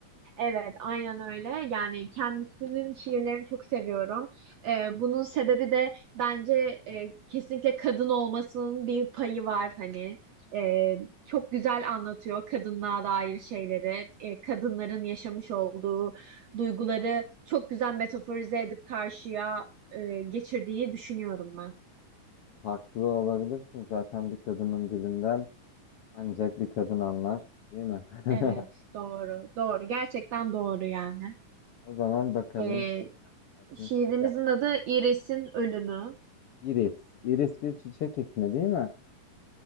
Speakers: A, on the right; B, on the left.
A: Evet, aynen öyle. Yani kendisinin şiirlerini çok seviyorum. Ee, bunun sebebi de bence e, kesinlikle kadın olmasının bir payı var hani. Ee, çok güzel anlatıyor kadınlığa dair şeyleri, Ee, kadınların yaşamış olduğu duyguları çok güzel metaforize edip karşıya e, geçirdiği düşünüyorum ben.
B: Haklı olabilirsin zaten bir kadının dilinden ancak bir kadın anlar değil mi? <laughs>
A: Evet, doğru, doğru. Gerçekten doğru yani.
B: O zaman bakalım.
A: Ee,
B: Bakmış
A: şiirimizin
B: bize.
A: adı İris'in Ölümü.
B: Iris. Iris bir çiçek ismi değil mi?